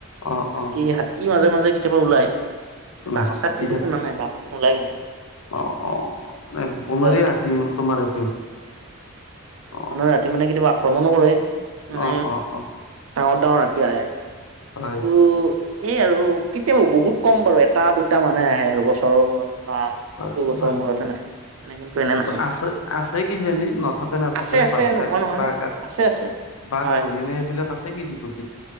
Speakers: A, on the left (about 80°); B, on the right (about 70°).
A: অ অ
B: হাতী হাতী মাজে মাজে কেতিয়াবা ওলাই
A: অ
B: বাঘ চাগ
A: হাতী
B: কিন্তু
A: থাকে
B: শুনা নাই বাঘ নোলায় কিন্তু
A: অ অ
B: এনেকুৱাই
A: বনৰীয়া আ তোমাৰ এইটো অ
B: মানে ৰাতি মানে কেতিয়াবা আক্ৰমণো কৰে মানে
A: অ অ অ
B: ডাঙৰ ডাঙৰ হাতী আহে
A: হয়
B: ত' এই আৰু কেতিয়াবা বহুত কম বাৰু এটা দুটা মানহে আহে আৰু বছৰৰ মূৰত বা
A: হয়
B: দুবছৰৰ
A: হয়
B: মূৰতহে সেনেকে তেনে কিন্তু এনে নাহে
A: আছে আছে কিজানি নথকা নাথাকে
B: আছে আছে
A: বাঘ চাক
B: নহয় অঁ নহয়
A: বাঘ
B: আছে আছে
A: বাঘ
B: হয়
A: হৰিণা এইবিলাক আছে কিন্তু